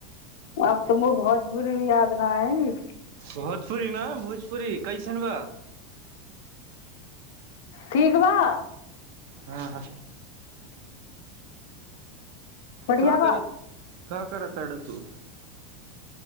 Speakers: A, on the left; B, on the right.
A: आब तऽ मो भोजपुरी भी याद न आइ
B: भोजपुरी ने भोज पुरी कैसनवा
A: ठीक वा
B: हँ
A: बढ़िआ
B: का
A: बा
B: करत का करतारु तू